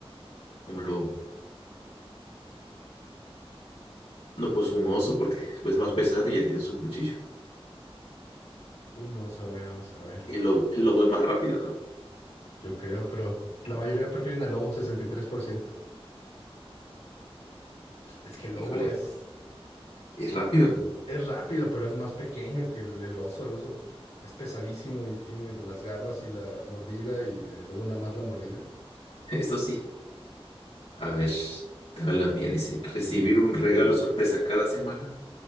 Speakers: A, on the left; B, on the left.
A: Un lobo. No, pues un oso porque es más pesado y ya tienes un cuchillo.
B: Un oso, a ver, vamos a ver.
A: Y el lobo, el lobo es más rápido, ¿no?
B: Yo creo, pero la mayoría prefieren al lobo, 63%. Es que el lobo
A: Híjole,
B: es,
A: es rápido. <laughs>
B: es rápido, pero es más pequeño que el, el oso. El oso es pesadísimo y tiene las garras y la mordida y el lobo nada más la mordida.
A: Eso sí. A ver, te va la mía. Dice, recibir un regalo sorpresa cada semana